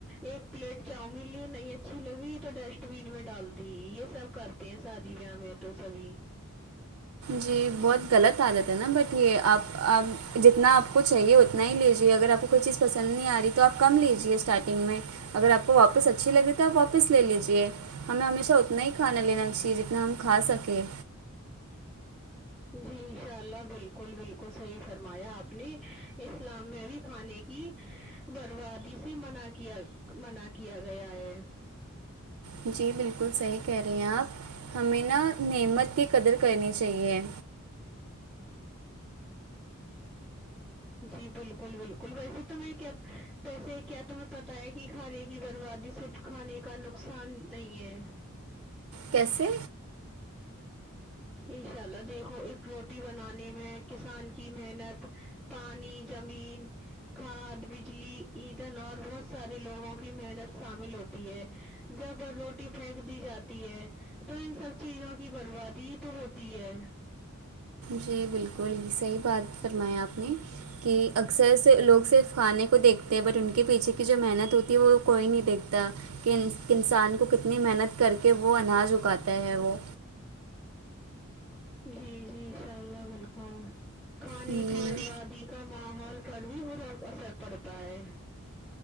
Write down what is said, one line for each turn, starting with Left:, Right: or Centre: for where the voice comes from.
Centre: ایک پلیٹ چاؤمین لی نہیں اچھی لگی تو ڈسٹ بین میں ڈال دی یہ سب کرتے ہیں شادی ویا میں تو سبھی
Right: جی بہت غلط عادت ہے نا بٹ یہ آپ آپ جتنا آپ کو چاہیے اتنا ہی لیجیے اگر آپ کو کوئی چیز پسند نہیں آ رہی تو آپ کم لیجیے اسٹارٹنگ میں اگر آپ کو واپس اچھی لگی تو آپ واپس لے لیجیے ہمیں ہمیشہ اتنا ہی کھانا لینا چاہیے جتنا ہم کھا سکے
Centre: جی انشاء اللہ بالکل بالکل صحیح فرمایا آپ نے اسلام میں بھی کھانے کی کی بربادی سے منع کیا منع کیا گیا ہے
Right: جی بالکل صحیح کہہ رہی ہیں آپ ہمیں نا نعمت کی قدر کرنی چاہیے
Centre: جی بالکل بالکل ویسے تمہیں کیا ویسے کیا تمہیں پتہ ہے کی کھانے کی بربادی صرف کھانے کا نقصان نہیں ہے
Right: کیسے
Centre: انشاء اللہ دیکھو ایک روٹی بنانے میں کسان کی محنت پانی زمین کھاد بجلی ایندھن اور بہت سارے لوگوں کی محنت شامل ہوتی ہے جب روٹی پھینک دی جاتی ہے تو ان سب چیزوں کی بربادی ہی تو ہوتی ہے
Right: جی بالکل صحیح بات فرمایا آپ نے کی اکثر سے لوگ صرف کھانے کو دیکھتے ہیں بٹ ان کے پیچھے کی جو محنت ہوتی ہے وہ کوئی نہیں دیکھتا کنس کسان کو کتنی محنت کر کے وہ اناج اگاتا ہے وہ
Centre: جی جی ان شاء اللہ بالکل کھانے
Right: ہوں،
Centre: کی بربادی کا ماحول پر بھی برا اثر پڑتا ہے